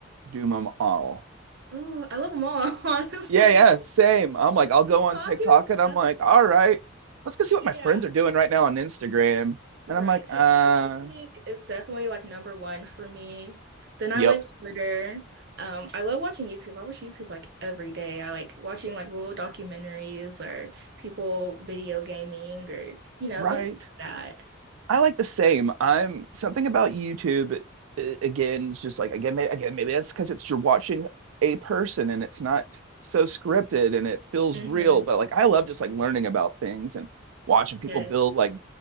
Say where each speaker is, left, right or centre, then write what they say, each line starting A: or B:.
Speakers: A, on the right; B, on the right.
A: Doom them all.
B: oh, I love them all, <laughs> honestly.
A: Yeah, yeah,
B: <laughs>
A: same. I'm like, I'll go
B: TikTok
A: on TikTok
B: is
A: and I'm
B: definitely,
A: like, all right, let's go see what
B: yeah.
A: my friends are doing right now on Instagram. And
B: Right.
A: I'm like,
B: TikTok,
A: uh,
B: I think, is definitely like number one for me. Then I
A: yep,
B: like Twitter. Um, I love watching YouTube. I watch YouTube like every day. I like watching like little documentaries or people video gaming or, you know,
A: right.
B: things like that.
A: I like the same. I'm something about YouTube uh, again, it's just like again, maybe, again, maybe that's because it's you're watching a person and it's not so scripted and it feels
B: hmm
A: real. But like I love just like learning about things and watching people
B: Yes.
A: build like